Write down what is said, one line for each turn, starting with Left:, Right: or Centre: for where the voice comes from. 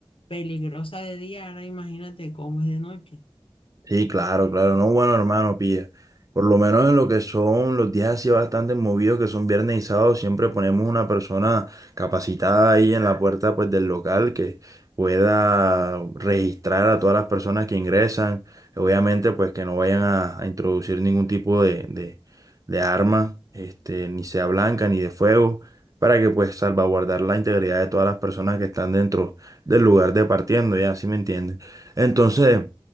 Left: peligrosa de día, ahora imagínate cómo es de noche.
Right: Sí, claro, claro. No, bueno, hermano, pilla. Por lo menos en lo que son los días así bastante movidos, que son viernes y sábado, siempre ponemos una persona capacitada ahí en la puerta pues del local que pueda registrar a todas las personas que ingresan. Obviamente, pues que no vayan a, a introducir ningún tipo de, de, de arma, este, ni sea blanca ni de fuego, para que pues salvaguardar la integridad de todas las personas que están dentro del lugar de partiendo, ya, ¿sí me entiendes? Entonces.